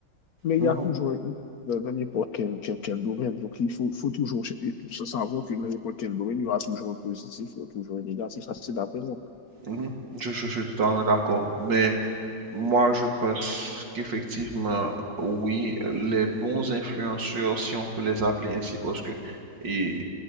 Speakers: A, on the left; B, on the right.
A: Mais
B: Mhm,
A: il y a toujours un hic dans dans n'importe quel, quel, quel domaine. Donc, il faut, faut toujours ch- et tout ça, savoir que dans n'importe quel domaine, il y aura toujours un positif, il y aura toujours un négatif. Ça, c'est d'après moi.
B: mhm. Je, je suis totalement d'accord. Mais Moi, je pense qu'effectivement, oui, les bons influenceurs, si on peut les appeler ainsi, parce que et